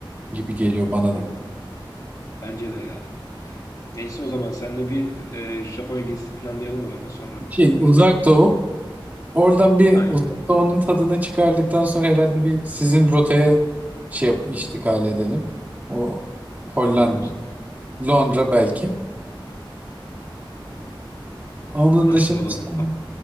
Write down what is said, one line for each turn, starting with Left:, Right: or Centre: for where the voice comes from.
Right: gibi geliyor bana
Left: Kesinlikle.
Right: da.
Left: Bence de ya. Neyse o zaman seninle bir e, Japonya gezisi planlayalım o zaman sonra.
Right: Şey,
Left: Olur
Right: Uzak
Left: mu?
Right: Doğu. Oradan bir
Left: Aynen.
Right: Uzak Doğu'nun tadını çıkardıktan sonra herhalde bir sizin rotaya şey yap iştikal edelim. O Hollanda,
Left: Tamamdır.
Right: Londra belki. Onun
Left: Tamamdır
Right: dışında
Left: o zaman.
Right: son-
Left: Ha-